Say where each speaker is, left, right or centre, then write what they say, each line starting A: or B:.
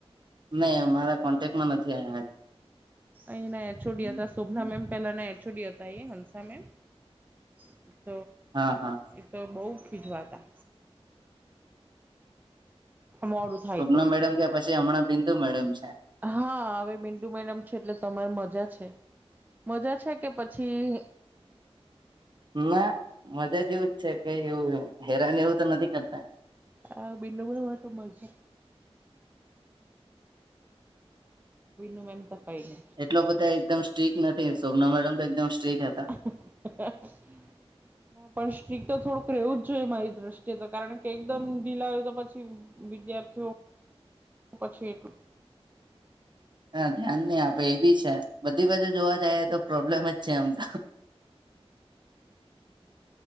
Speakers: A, on the right (about 45°); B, on the right (about 15°).
A: નહી અમારા કોન્ટેક્ટમાં નથી આવ્યા હજ
B: અહીં એચ ઓ ડી હતા શોભના મેમ પેલાના એચ ઓ ડી હતા હંસા મેમ. <inaudible>
A: હા હા.
B: એ તો બહુ ખીજવાતા. મોડું થાય
A: સ્વપ્ન
B: તો
A: મેડમ કે પછી હમણાં બિંદુ મેડમ છે.
B: હા હવે બિડુ મેડમ છે એટલે તમારે મજા છે. મજા છે કે પછી
A: ના મજા જે એવું જ છે કઈ એવું હેરાન એવું તો નથી કરતા.
B: આ બિંદુગ હો તો મલશે. મીનું મેમ તો પસાઈ ને.
A: એટલા બધા એકદમ સ્ટ્રીક નથી સોમના મેડમ તો એકદમ સ્ટ્રીક હતા
B: પણ સ્ટ્રીક તો થોડુક રહેવું જ જોઈએ મારી દ્રષ્ટિએ તો કારણ કે એકદમ ઢીલ આવ તો પછી વિદ્યાર્થીઓ પછી એટલું
A: હા ધ્યાન નહી આપે એ બી છે, બધી બાજુ જોવા જાય તો પ્રોબ્લેમ જ છે આમ તો.